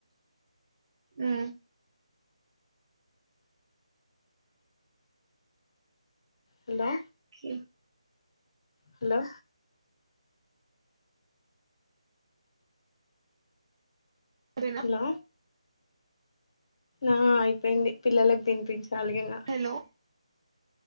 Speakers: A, on the right (about 45°); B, on the left (about 45°).
A: ఆ
B: హలో
A: ఒకే
B: హలో
A: సరేనా
B: హలో ఆ అయిపోయింది పిల్లలకి తినిపించాల్ గిగ
A: హలో